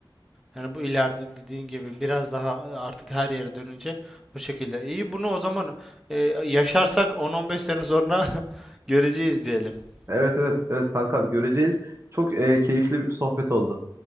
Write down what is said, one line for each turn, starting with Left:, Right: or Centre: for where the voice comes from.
Centre: Yani bu ileride dediğin gibi biraz daha e, artık her yere dönünce o şekilde. İyi bunu o zaman e, yaşarsak 10-15 sene sonra <laughs> göreceğiz diyelim.
Right: Evet evet evet kankam göreceğiz. Çok e, keyifli bir sohbet oldu.